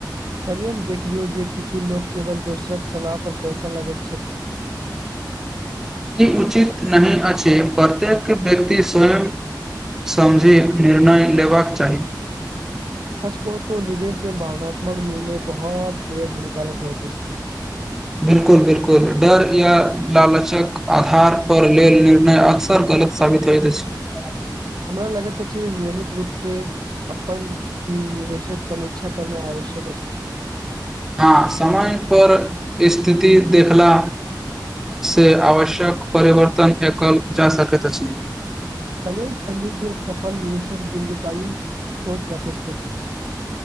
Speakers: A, on the right; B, in the centre.
A: काल्हिये हम देखलियै जे किछु लोक केवल दोसरक सलाह पर पैसा लागैत छथि।
B: ई उचित नहि अछि, प्रत्येक व्यक्ति के स्वयं समझिके निर्णय लेबाक चाही।
A: सच कहु त निवेश में भावनात्मक निर्णय बहुत बेर हानिकारक होइत अछि।
B: बिलकुल बिलकुल डर या लालचक आधार पर लेल निर्णय अकसर गलत साबित होइत अईछ। <unintelligible>
A: हमरा लगत तऽ छै नियमित रूप से। से अपन निवेशक समी्षा करना आवश्यक अछि अईछ। <unintelligible>
B: हँ समयपर स्थिति देखला से आवश्यक परिवर्तन देखल जा सकैत अछि। <unintelligible>
A: कलम पल्लूज सफल निवेशक दीर्घकालीन सोच रखैत छथि। <inaudible>